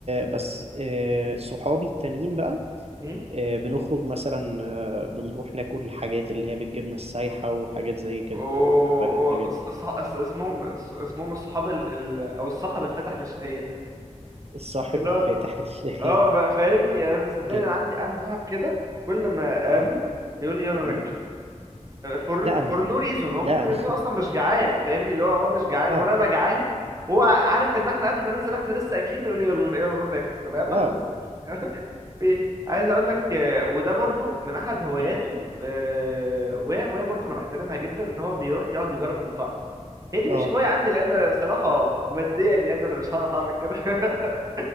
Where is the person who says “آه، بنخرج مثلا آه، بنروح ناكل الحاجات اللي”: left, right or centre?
Right